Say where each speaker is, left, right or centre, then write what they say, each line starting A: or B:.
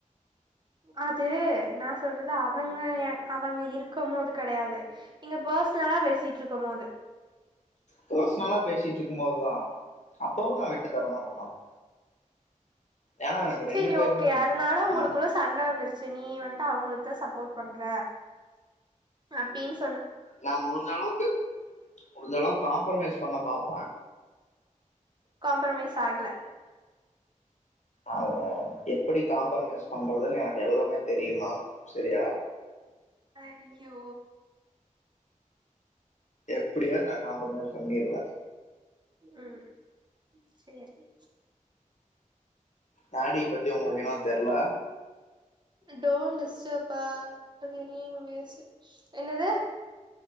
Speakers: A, on the right; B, on the left.
A: அதூ நா சொல்றது அவங்க ஏ அவங்க இருக் கமோது கெடயாது நீங்க பர்சனலா பேசிட்டு இருக்குமோது
B: பர்சனலா பேசிட்டு இருக்குபோதா அப்பவு நா விட்டு தர மாட்ட மேம். ஏன்னா எனக்கு
A: சேரி
B: பேருமே
A: ஓகே
B: மு-
A: அதனால உங்களுக்குள்ள
B: ம்.
A: சண்ட வந்துருச்சு நீ வந் தா அவங்களுக்கு சப்போர்ட் பண்ற அப்பீன்
B: நா முளுஞ்சளவுக்கு முடுஞ்சளவு காம்ப்ரமைஸ் பண்ண பாப்ப
A: காம்ப்ரமைஸ் ஆகல
B: அத எப்டி காம்பரமஸ் பண்றதுன்னு எனக்கு எல்லாமே தெரியு மேம். சரியா
A: ஐயோ
B: எப்டியாது நான் காம்ப்ரமைஸ் பண்ணீடுவ
A: உம் சேரி
B: நாடிய பத்தி உங்கள்க்கு இன்னு தெர்ல.
A: டோன்டிஸ்டப்பா பெரிய இங்லீசு. என்னது